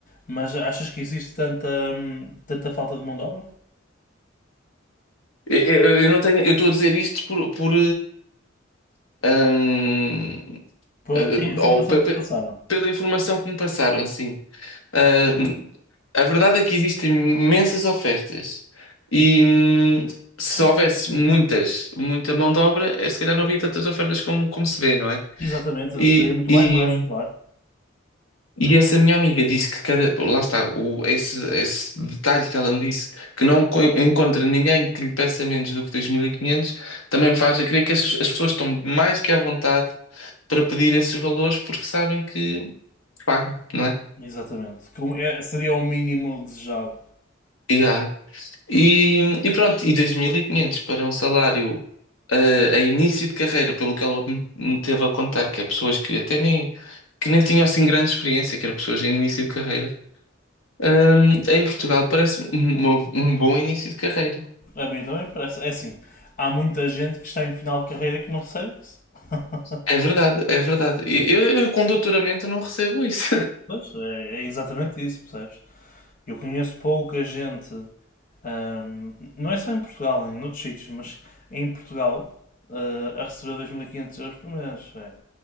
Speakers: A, on the left; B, on the left.
A: Mas achas que existe tanta, hum, tanta falta de mão de obra?
B: Eu, eu- eu não tenho, eu estou a dizer isto por, por, eh, hum,
A: Por-
B: Eh,
A: E a informação
B: ou pe-
A: que
B: pe-
A: passaram?
B: pela informação que me passaram, sim. Ah, a verdade é que existem imensas ofertas e hum, se
A: Pois,
B: houvesse muitas, muita mão de obra, eh, se calhar não
A: pois.
B: havia tantas ofertas como, como se vê, não é?
A: Exatamente,
B: E,
A: seria muito
B: e,
A: mais baixo, claro.
B: e essa minha amiga disse que cada, lá está, o, esse, esse detalhe que ela me disse, que não co- encontra ninguém que lhe peça menos do que 2.500. também me faz a crer que as, as pessoas estão mais que à vontade para pedir esses valores porque sabem que pago, não é?
A: Exatamente. Como é- seria o mínimo desejado.
B: Yeah. E, e pronto, e 2.500 para um salário eh, a início de carreira, pelo que ela me me teve a contar, que é pessoas que até nem, que nem tinham assim grande experiência, que eram pessoas em início de carreira, Ahm, em Portugal parece um, um bom início de carreira.
A: A mim também parece. É assim, há muita gente que está em final de carreira que não recebe isso. <laughs>
B: É verdade, é verdade. Eu, eu, eu com doutoramento não recebo isso.
A: Pois, é, é exatamente isso, percebes? Eu conheço pouca gente ahm, não é só em Portugal, em outros sítios, mas em Portugal, ah, a receber 2.500 euros por mês. É,